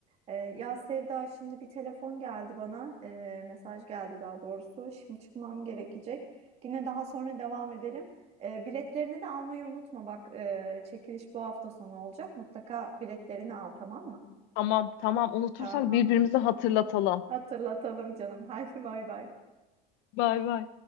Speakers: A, on the right; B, on the left.
A: Ee, ya Sevda şimdi bir telefon geldi bana. Ee, mesaj geldi daha doğrusu. Şimdi çıkmam gerekecek. Yine daha sonra devam edelim. Ee, biletlerini de almayı unutma. Bak ee, çekiliş bu hafta sonu olacak. Mutlaka biletlerini al tamam mı?
B: Tamam tamam unutursak
A: Tamam.
B: birbirimize hatırlatalım.
A: Hatırlatalım canım. <laughs> Haydi bay bay.
B: Bay bay.